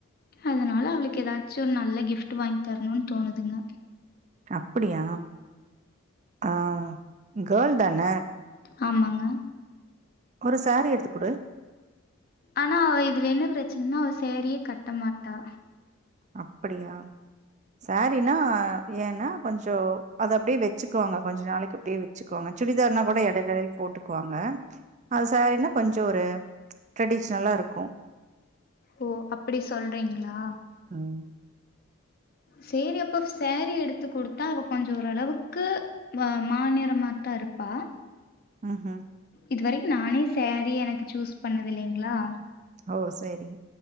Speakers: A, on the left (about 45°); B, on the right (about 35°).
A: அதனால அவுளுக்கு எதாச்சு ஒரு நல்ல கிஃப்ட் வாங்கி தர்ணுன் தோணுதுங்க
B: அப்பிடியா அ கேள் தான
A: ஆமாங்க
B: ஒரு சாரீ எடுத்து குடு
A: ஆனா இதுல என்ன ப்ரெச் ன்னா அவ சேரியே கட்ட மாட்டா
B: அப்படியா சேரினா ஏனா கொஞ்சொ அது அப்டே வெச்சுக்குவாங்க கொஞ்ச நாளைக்கு அப்டியே வெச்சுக்குவாங்க சுடிதார்னா கூட எடைல் எடைல் போட்டுக்குவாங்க அது சேரின்னா கொஞ்சொ ஒரு ட்ரடிஷ்னலாருக்கு
A: ஓ அப்டி சொல்றீங்களா
B: ம்
A: சேரி அப்பவ் சேரி எடுத்து குடுத்தா அவ கொஞ்சொ ஒரளவுக்கு வ மா நெறமாத்தாரு ப்பா
B: ம் ஹு
A: இது வரைக்கு நானே சேரி எனக்கு சூஸ் பண்ணது இல்லைங்ளா
B: ஓ சேரி